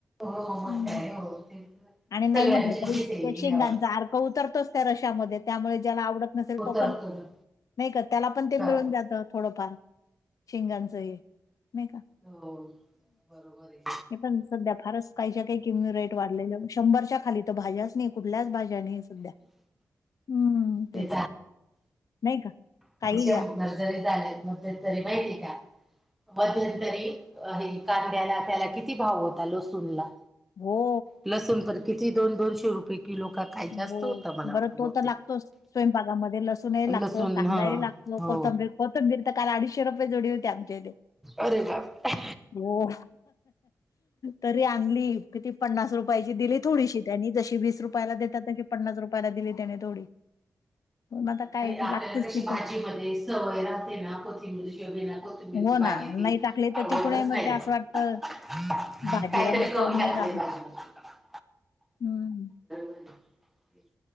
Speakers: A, in the centre; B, on the left.
A: हो मग
B: हं.
A: काय हो ते
B: आणि नाही
A: सगळ्यांचे
B: म्हटलं तरी
A: <unintelligible> घ्यावं
B: त्या शेंगांचा
A: लागत
B: अर्क उतरतोच त्या रस्स्यामध्ये त्यामुळे ज्याला आवडत नस
A: उतरतो
B: तो पण
A: ना
B: नाही का त्याला पण ते
A: खातो
B: मिळून जात थोडंफार शेंगांचं हे नायी का?
A: हो हो बरोबरय
B: नायी पण सध्या फारच काहीच्या काही किम रेट वाढलेल्या शंभरच्या खाली तर भाज्याच नायी कुठल्याच भाज्या नायी सध्या हम्म तेच
A: ते
B: तर नायी का? काही
A: शंभर
B: घ्या.
A: जरी झाल्यात मद <unintelligible> तरी माहितीय का? मध्यंतरी हे कांद्याला त्याला किती भाव होता लसून ला
B: हो
A: लसूण तर किती दोन दोनशे रुपये किलो का काय जास्त
B: हो
A: होता मला वाटतं
B: बरं तो
A: बहुतेक
B: तर लागतोच स्वयंपाकातमध्ये लसूण लसूनही लागतो
A: लसूण
B: कांदाही
A: हा
B: लागतो
A: हो
B: कोथंबीर कोथंबीर तर काल अडीचशे रुपये जुडी होती आमच्या इथे
A: अरे बापरे!
B: हो तरी आणली किती पन्नास रुपयाची दिली थोडीशी त्यांनी जशी वीस रुपयाला देतात तशी पन्नास रुपयाला दिली त्याने थोडी पण आता काय
A: आणि आपल्याला
B: लागतेच ती पण
A: <unintelligible> सवय झाली ना बिना कोथिंबीर <unintelligible> पनीरची
B: हो
A: भाजी
B: ना नाही टाकली तर
A: आवडत
B: तिकडे मग
A: नाही.
B: ते असं
A: <inaudible>
B: वाटतं
A: ह
B: भाजीला
A: कायतर
B: मग
A: करून
B: चव नाही
A: घातले
B: राहत.
A: <inaudible>
B: हम्म ह
A: आहे.